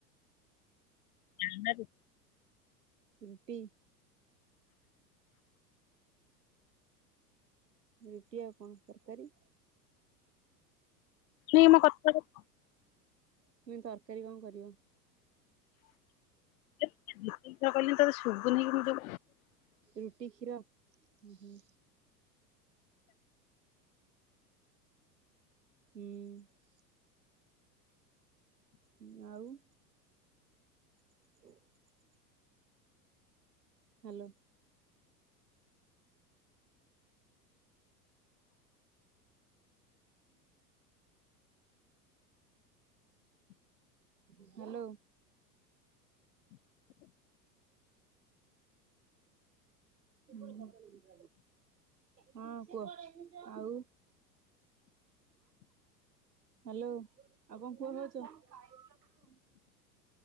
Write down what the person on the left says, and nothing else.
ଏନାଠୁ
ନେଇ ମୋ କଥାର।
ଯେତିକି ଥର କହିଲେ ତାର ଶୁଭୁନି କିନ୍ତୁ